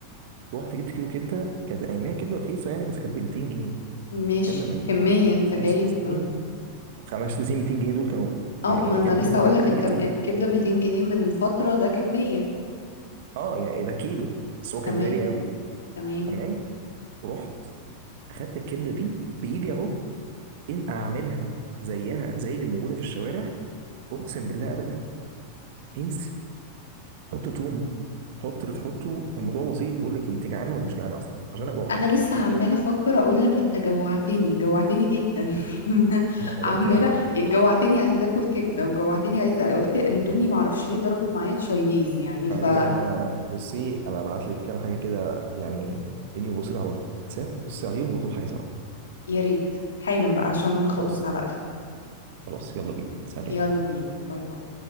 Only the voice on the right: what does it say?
رحت جبت كيلو كبده كانت اياميها كبده رخيصه يعني بس كانت ب 200 جنيه
الكلام ده من
خمس
ست سنين خمس ست سنين 200 جنيه دول كانوا
يعني
مكان
جا-
جودته
اه يعني ده كيلو بس هو كان
غالي قوي
تمام رحت اخدت الكبده دي بايدي اهو ان اعملها زيها زي اللي موجوده في الشوارع اقسم بالله ابدا انسي حط توم حط اللي تحطه الموضوع بسيط بقول لك إيه، انت جعانه ولا مش جعانه اصلا عشان انا جوعت
انا أنا
جوعت قوي
تعالي
انا بصي انا ابعت لك كام حاجه كده يعني منيو بسيط على الواتساب بصي عليهم ونطلب حاجه سوا
خلاص
خلاص يلا بينا سلام